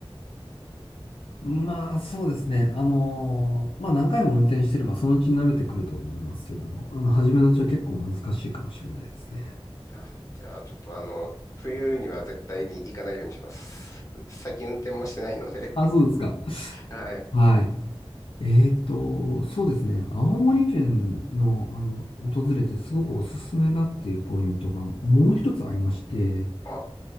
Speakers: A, on the left; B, on the left.
A: まあ、そうですね。あのーまあ何回も運転してればそのうち慣れてくると思いますけれども、あの、初めのうちは結構難しいかもしれないですね。
B: うんあ、じゃあ、ちょっとあの、冬には絶対に行かないようにします。最近運転もしてないので
A: あ、そうですか。
B: <laughs> はい。
A: はい。えーと、そうですね。青森県の、あの、訪れてすごくおすすめだっていうポイントがもう一つありまして、
B: あ、